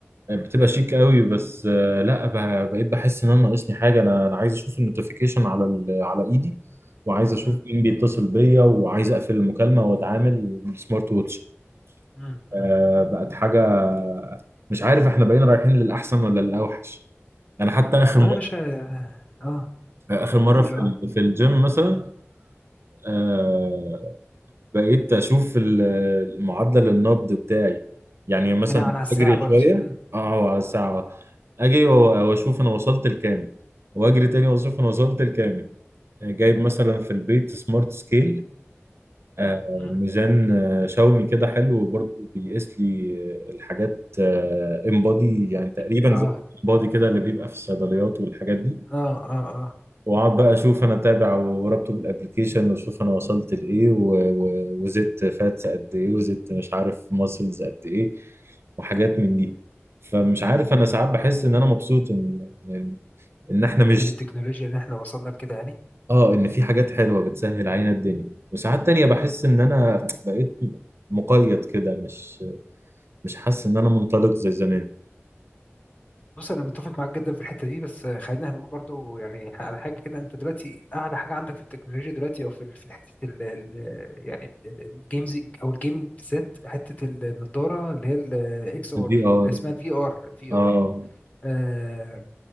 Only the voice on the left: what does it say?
مم.
مم. مم.
والله يا باشا اه
قول
اه
من على على الساعة
برضه
مم.
مم. مم.
بك-
اه
اه اه اه
مم.
من التكنولوجيا اللي احنا وصلنا لكده يعني
بص انا متفق معاك جدا في الحته دي بس خلينا هنقول برضو يعني على حاجه كده انت دلوقتي اعلى حاجه عندك في التكنولوجيا دلوقتي او في ال- في حته ال ال- يعني الجيمز او الجيمنج بالذات حته النضاره اللي هي الاكس ار
اسمها الفي ار الفي
ار آه